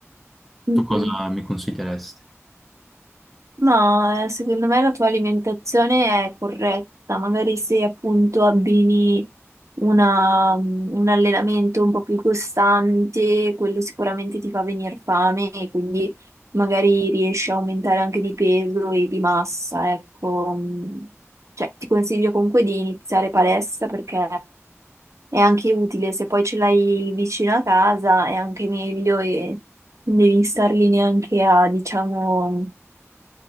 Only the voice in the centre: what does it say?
tu cosa mi consiglieresti?